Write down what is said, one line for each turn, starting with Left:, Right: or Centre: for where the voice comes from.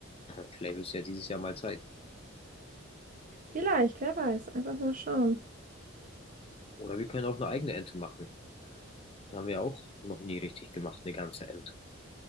Left: Vielleicht ist ja dieses Jahr mal Zeit.
Right: vielleicht, wer weiß. Einfach mal schauen.
Left: Oder wir können auch eine eigene Ente machen. Haben wir auch noch nie richtig gemacht, eine ganze Ente.